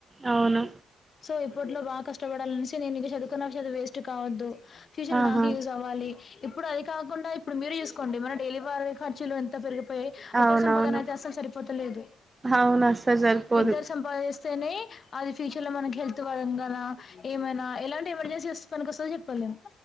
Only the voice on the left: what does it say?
సో ఇప్పట్లో బాగా కష్టపడాలనేసి నేను ఇగ చదువుకున్నా చదువ్ వేస్ట్ కావద్దు. ఫ్యూచర్
నాకు యూజ్ అవ్వాలి. ఇప్పుడు అది కాకుండా ఇప్పుడు మీరు చూసుకోండి. మన డైలివారీ ఖర్చులు ఎంత పెరి పే
ఒకరి సంపాదన అయితే అస్సలు సరిపోతలేదు.
ఇద్దరు సంపాదిస్ స్తేనే అదిఫిష్ ఇలా మనకి హెల్త్ పరంగా ఏమనా ఎలాంటి ఎమర్జెన్సీ వస్తే పనికి వస్తుందో చెప్పాలేం.